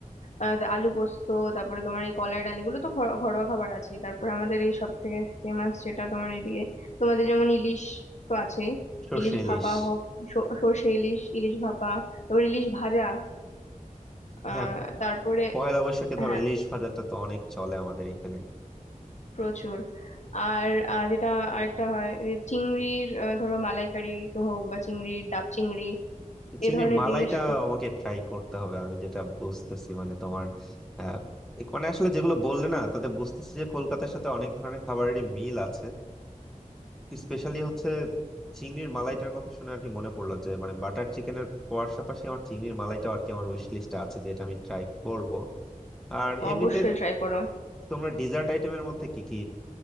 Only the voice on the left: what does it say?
আহ, আলু পোস্ত তারপরে তোমার এই কলাই ডাল এগুলো তো ঘর- ঘরোয়া খাবার আছে তারপরে আমাদের এই সব থেকে ফেমাস যেটা তোমার এইদিকে তোমাদের যেমন ইলিশ তো আছেই
ইলিশ
ভাপা হোক স- সর্ষে ইলিশ ইলিশ ভাপা তারপর ইলিশ ভাজা আহ
তারপরে
হ্যাঁ
প্রচুর আর আহ, যেটা আরেকটা হয় যে চিংড়ির আহ, ধরো মালাইকারি হোক বা চিংড়ির ডাব চিংড়ি
এ ধরনের
জিনিস খুব
অবশ্যই ট্রাই করো